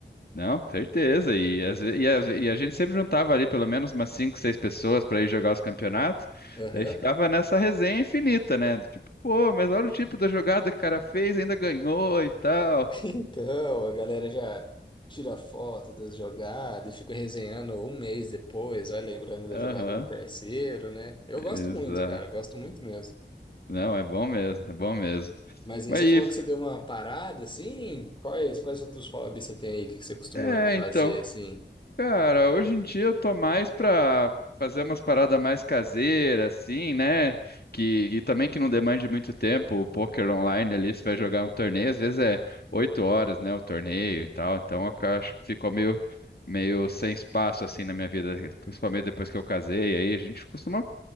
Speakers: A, on the left; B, on the left.
A: Não, certeza. E, às ve- e às ve- e a gente sempre juntava ali pelo menos umas cinco, seis pessoas para ir jogar os campeonatos.
B: Aham.
A: Daí ficava nessa resenha infinita, né? Do tipo, pô, mas olha o tipo da jogada que o cara fez, ainda ganhou e tal.
B: Então, a galera já tira foto das jogadas e fica resenhando um mês depois, vai lembrando da
A: Aham,
B: jogada do parceiro, né? Eu gosto
A: exato.
B: muito, cara, gosto muito mesmo.
A: Não, é bom mesmo, é bom mesmo.
B: Mas aí
A: Mas
B: você
A: e,
B: falou que você deu uma parada, assim? Quais, quais outros hobbies você tem aí? O que que você costuma
A: é,
B: fazer,
A: então.
B: assim?
A: Cara, hoje em dia eu tô mais pra fazer umas paradas mais caseiras, assim, né? Que, e também que não demande muito tempo. O poker online ali, você vai jogar um torneio, às vezes é oito horas, né? O torneio e tal. Então eu acho que ficou meio, meio sem espaço, assim, na minha vida. Principalmente depois que eu casei, aí a gente costuma